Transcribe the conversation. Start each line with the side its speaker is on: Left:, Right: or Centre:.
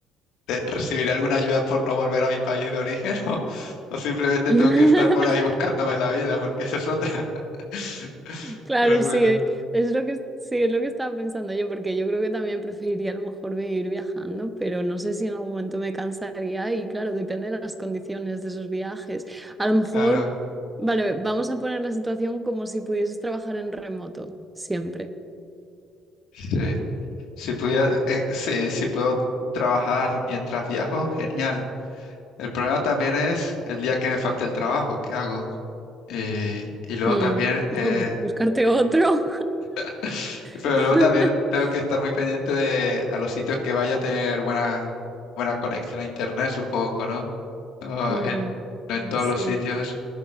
Left: ¿te- ¿recibiré alguna ayuda por no volver a mi país de origen? <laughs> ¿O, o simplemente
Right: <laughs>
Left: tengo que estar por ahí buscándome la vida? Porque esa es otra. <laughs>
Right: Claro,
Left: Pero
Right: sí,
Left: bueno,
Right: e, es lo que, sí, es lo que estaba pensando yo, porque yo creo que también preferiría a lo mejor vivir viajando, pero no sé si en algún momento me cansaría y claro, depende de las condiciones de esos viajes. A lo mejor,
Left: claro,
Right: vale, vamos a poner la situación como si pudieses trabajar en remoto, siempre.
Left: sí. Si pudiera, eh, sí, si puedo trabajar mientras viajo, genial. El problema también es el día que me falta el trabajo, ¿qué hago? Eh, y luego
Right: Mm,
Left: también, eh,
Right: <laughs> Buscarte otro.
Left: <laughs> pero
Right: <laughs>
Left: luego también tengo que estar muy pendiente de a los sitios que vaya a tener buena, buena conexión a internet, supongo, ¿no? o
Right: Mm,
Left: en, no en todos
Right: sí.
Left: los sitios.